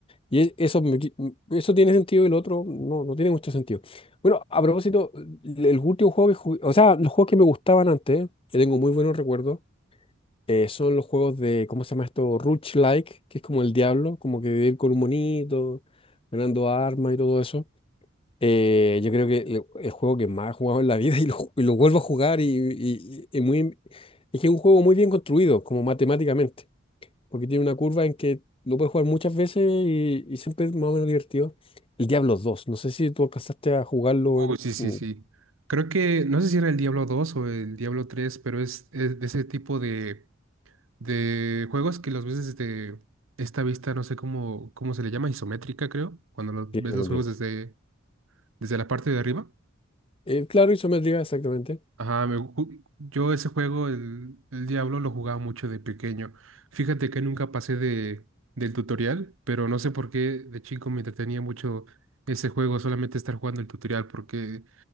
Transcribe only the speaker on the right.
Oh,
sí, sí,
sí. Creo que, no sé si era el Diablo dos o el Diablo tres, pero es, es de ese tipo de de juegos que los ves desde esta vista, no sé cómo, cómo se le llama, isométrica, creo, cuando lo-
ves
los juegos desde, desde la parte de arriba.
Ajá, me ju- yo ese juego, el, el Diablo, lo jugaba mucho de pequeño. Fíjate que nunca pasé de, del tutorial, pero no sé por qué de chico me entretenía mucho ese juego, solamente estar jugando el tutorial, porque